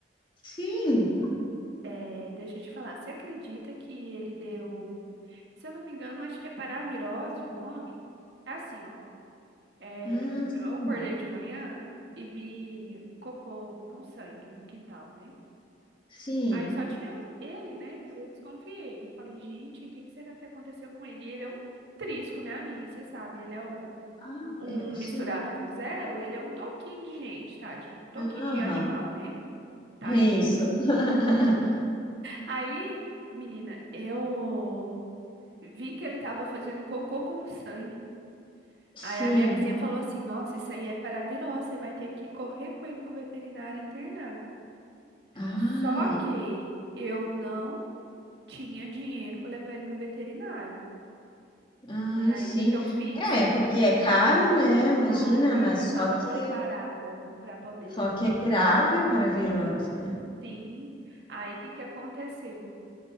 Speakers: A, on the left; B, on the right.
A: Sim.
B: É, deixa eu te falar. Você acredita que ele deu. Se eu não me engano, acho que é paravirose o nome? É assim, ó. É,
A: Ah, sim.
B: eu acordei de manhã e vi cocô com sangue no quintal, né?
A: Sim.
B: Aí só tinha ele, né? Eu desconfiei. Falei, gente, o que que será que aconteceu com ele? E Ele é um trisco, né, amiga? Você sabe, ele é um
A: Ah,
B: um
A: é,
B: misturado
A: sim.
B: com zero, ele é um toquinho de gente, tadinho. Toquinho
A: Aham,
B: de animal, né? Tadinho.
A: é isso. <laughs>
B: Aí, menina, eu vi que ele tava fazendo cocô com sangue.
A: Sim.
B: Aí a minha vizinha falou assim: Nossa, isso aí é para virose, você vai ter que correr com ele pro veterinário e internar.
A: Ai,
B: Só que eu não tinha dinheiro para levar ele no veterinário.
A: ai,
B: É Aí
A: sim.
B: o que que eu fiz?
A: É, porque é caro, né? Imagina,
B: Caro, e
A: mas
B: eu não tava
A: só que
B: preparada, né, para poder levar.
A: só que é grave para a virose.
B: Sim. Aí o que que aconteceu?